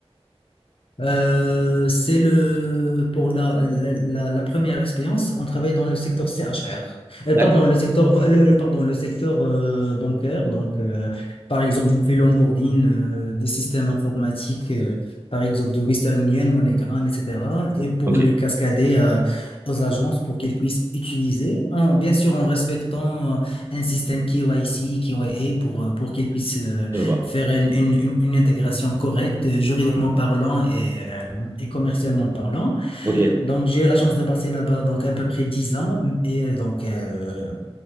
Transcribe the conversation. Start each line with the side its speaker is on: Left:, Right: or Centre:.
Left: Euh, c'est le pour la, la, la- la première expérience, on travaille dans le secteur C CHR. Euh,
Right: D'accord.
Left: pardon, le secteur le, le- pardon, le secteur euh, bancaire. Donc, euh, par exemple, on fait l'onboarding euh, des systèmes informatiques, euh, par exemple de Western Union, MoneyGram, etc. Et pour
Right: Ok,
Left: le cascader euh, aux agences pour qu'ils puissent utiliser, en, bien sûr en respectant euh, un système K Y C KYC, A pour euh, pour qu'ils puissent euh,
Right: je vois.
Left: faire une, une- une- une intégration correcte, euh, Ouais. juridiquement parlant et, euh, et commercialement parlant.
Right: Ok.
Left: Donc, j'ai eu la chance de passer là-bas donc à peu près 10 ans. Et euh, donc, euh,